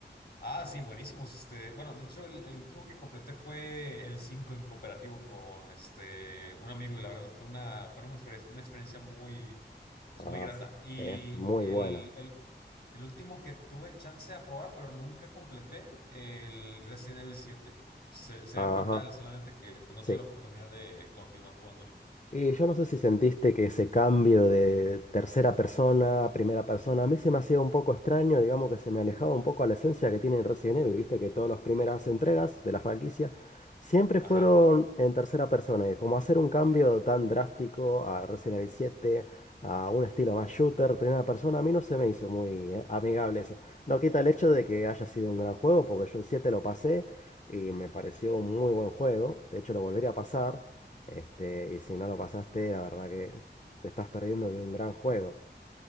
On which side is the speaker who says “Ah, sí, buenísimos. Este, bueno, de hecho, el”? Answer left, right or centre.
Left